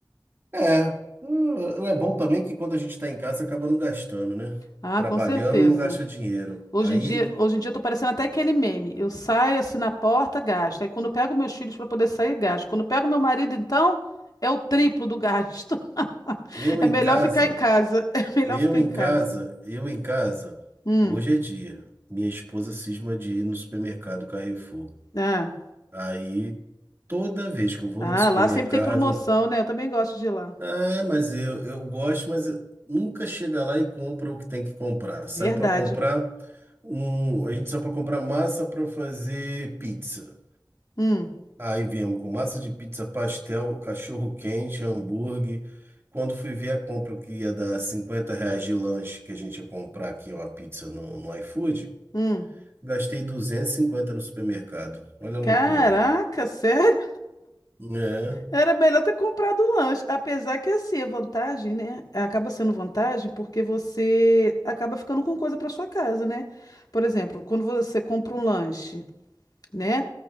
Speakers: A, on the right (about 30°); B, on the left (about 55°).
A: É, hum, é bom também que quando a gente está em casa acaba não gastando, né?
B: Ah,
A: Trabalhando
B: com certeza.
A: não gasta dinheiro.
B: Hoje
A: Aí
B: em dia, hoje em dia eu tô parecendo até aquele meme. Eu saio assim na porta, gasto. Aí quando eu pego meus filhos para poder sair, gasto. Quando eu pego meu marido, então, é o triplo do gasto. <laughs>
A: eu
B: É
A: em
B: melhor
A: casa,
B: ficar em casa. <laughs> É melhor
A: eu
B: ficar
A: em
B: em casa.
A: casa, eu em casa.
B: Hum.
A: Hoje é dia. Minha esposa cisma de ir no supermercado Carrefour.
B: Ah.
A: Aí toda vez que eu vou
B: Ah,
A: no supermercado,
B: lá sempre tem promoção, né? Eu também gosto de ir lá.
A: ah, mas eu, eu gosto, mas eu- nunca chega lá e compra o que tem que comprar.
B: Verdade.
A: Saiu para comprar um, a gente saiu para comprar massa para fazer pizza.
B: Hum.
A: Aí viemos com massa de pizza, pastel, cachorro quente, hambúrguer. Quando fui ver a compra que ia dar 50 reais de lanche, que a gente ia comprar aqui uma pizza no, no iFood,
B: Hum.
A: gastei 250 no supermercado. Olha a
B: Caraca,
A: loucura.
B: sério?
A: É,
B: Era melhor ter comprado o lanche. Apesar que, assim, a vantagem, né? Acaba sendo vantagem porque você acaba ficando com coisa para sua casa, né? Por exemplo, quando você compra um lanche, né?